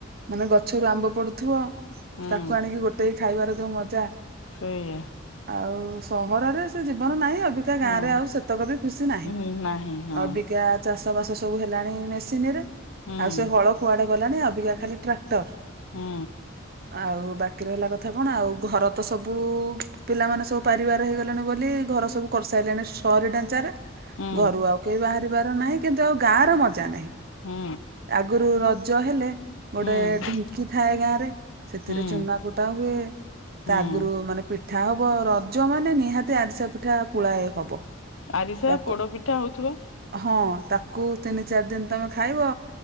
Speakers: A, on the right; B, on the left.
A: ମାନେ ଗଛରୁ ଆମ୍ବ ପଡୁଥିବ
B: ହୁଁ
A: ତାକୁ ଆଣିକି ଗୋଟେ ସେଇ ଖାଇବାର ଯୋଉ ମଜା
B: ସେଇଆ
A: ଆଉ ସହରରେ ସେ ଜୀବନ ନାହିଁ ଅବିକା ଗାଁ
B: ନା
A: ରେ ଆଉ ସେ ସେତକ ବି ଖୁସି ନାହିଁ
B: ହୁଁ ନାହିଁ ହଁ
A: ଅବିକା ଚାଷବାସ ସବୁ ହେଲାଣି ମେସିନିରେ,
B: ହୁଁ
A: ଆଉ ସେ ହଳ କୁଆଡେ ଗଲାଣି, ଅବିକା ଖାଲି ଟ୍ରାକ୍ଟର।
B: ହୁଁ।
A: ଆଉ ବାକି ରହିଲା କଥା କଣ, ଆଉ ଘର ତ ସବୁ ପିଲାମାନେ ସବୁ ପାରିବାର ହେଇଗଲେଣି ବୋଲି, ଘର ସବୁ କରିସାରିଲେଣି। ସହରୀ ଢାଞ୍ଚାରେ
B: ହୁଁ
A: ଘରୁ ଆଉ କେହି ବାହାରିବାର ନାହିଁ, କିନ୍ତୁ ଆଉ ଗାଁର ମଜା ନାହିଁ।
B: ହୁଁ।
A: ଆଗୁରୁ ରଜ ହେଲେ, ଗୋଟେ
B: ହୁଁ
A: ଢିଙ୍କି ଥାଏ ଗାଁରେ, ସେଥିରେ
B: ହୁଁ
A: ଚୁନା କୁଟ କୁଟା ହୁଏ
B: ହୁଁ
A: ତା ଆଗୁରୁ ମାନେ ପିଠା ହବ ରଜ, ମାନେ ନିହାତି ଆରିସା ପିଠା ପୁଳାଏ ହବ।
B: ଆରିସା,
A: ତାକୁ
B: ପୋଡ ପିଠା ହଉଥିବ?
A: ହଁ, ତାକୁ ତିନି ଚାରି ଦିନ ତମେ ଖାଇବ